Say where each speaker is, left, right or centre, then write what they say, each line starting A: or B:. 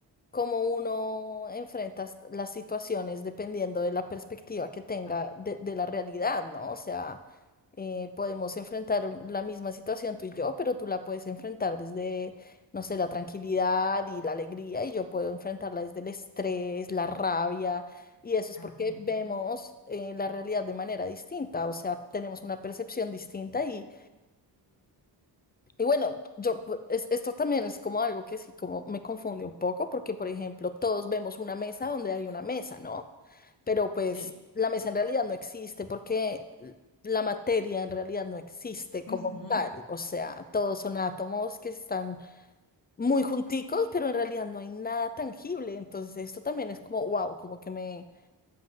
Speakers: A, on the left; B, on the left.
A: cómo uno enfrenta s- las situaciones dependiendo de la perspectiva que tenga
B: Ah,
A: de, de la realidad, ¿no? O sea, eh, podemos enfrentar un- la misma situación tú y yo, pero tú la puedes enfrentar desde, no sé, la tranquilidad y la alegría, y yo puedo enfrentarla desde el estrés, la rabia, y eso es
B: Ajá.
A: porque vemos eh, la realidad de manera distinta, o sea, tenemos una percepción distinta y, y bueno, yo, pues, es- esto también es como algo que sí, como me confunde un poco, porque por ejemplo, todos vemos una mesa donde hay una mesa, ¿no? Pero pues
B: Sí.
A: la mesa en realidad no existe porque l- la materia en realidad no existe como
B: Ujú.
A: tal. O sea, todos son átomos que están muy junticos, pero en realidad no hay nada tangible. Entonces esto también es como, wow, como que me,